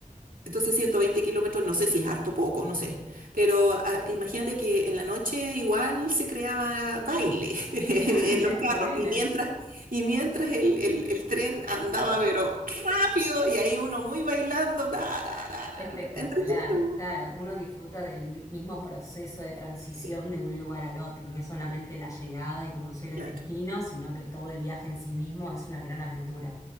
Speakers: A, on the right; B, on the left.
A: entonces, 120 kilómetros, no sé si es harto o poco, no sé. Pero ah, imagínate que en la noche igual se creaba baile <laughs> en
B: Ah, mirá
A: los carros
B: qué bueno.
A: y mientras, y mientras el, el- el tren andaba, pero rápido y ahí uno muy bailando, da, da, da, da,
B: Espectacular,
A: da, entretenido.
B: claro, uno disfruta del mi- mismo proceso de transición
A: Sí,
B: de un lugar al otro, no es solamente la llegada y conocer el
A: claro.
B: destino, sino que todo el viaje en sí mismo es una gran aventura.